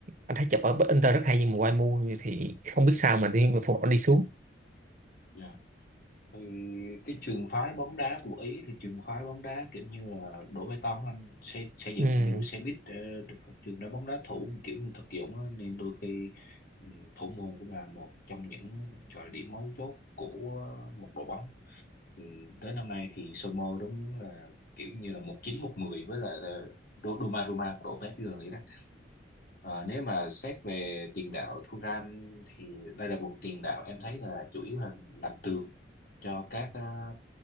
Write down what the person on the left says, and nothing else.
dạ. thì cái trường phái bóng đá của Ý thì trường phái bóng đá kiểu như là đổ bê tông anh xây, xây dựng
nhiều xe buýt ờ, trường đá bóng đá thủ mà kiểu như thực dụng á, nên đôi khi ừ, thủ môn cũng là một trong những gọi là điểm mấu chốt của một đội bóng thì tới năm nay thì Somo đúng là kiểu như là một chín một mười với lại là Do- Doma của đội PSG vậy đó Ờ, nếu mà xét về tiền đạo Thuram thì đây là một tiền đạo em thấy là chủ yếu là làm tường cho các ờ,